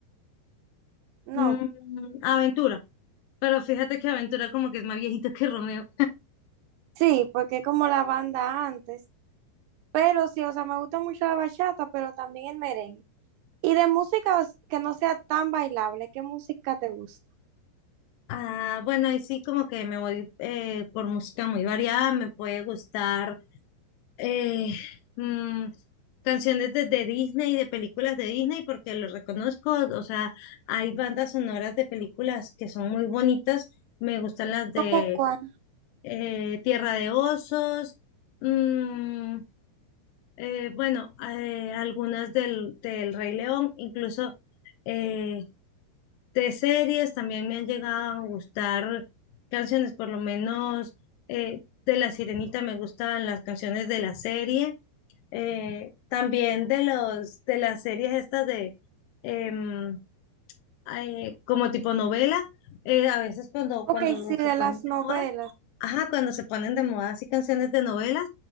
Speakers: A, on the right (about 80°); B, on the left (about 80°).
A: no.
B: Mm, Aventura. Pero fíjate que Aventura como que es más viejito que Romeo.
A: Sí, porque es como la banda antes, pero sí, o sea, me gusta mucho la bachata, pero también el merengue. Y de música os- que no sea tan bailable, ¿qué música te gusta?
B: Ah, bueno, ahí sí como que me voy eh, por música muy variada. Me puede gustar eh, mm, canciones de, de Disney, de películas de Disney, porque lo reconozco, o sea, hay bandas sonoras de películas que son muy bonitas, me gustan las de
A: ¿Cómo cuál?
B: eh, Tierra de Osos, mm, eh, bueno, eh, algunas del, del Rey León, incluso eh, de series también me han llegado a gustar canciones, por lo menos eh, de La Sirenita me gustan las canciones de la serie eh, también de los de las series estas de em, ay, como tipo novela, eh, a veces cuando
A: Ok,
B: cuando lo-
A: sí,
B: se
A: de
B: ponen
A: las
B: de
A: novelas.
B: moda, ajá, cuando se ponen de moda así canciones de novelas,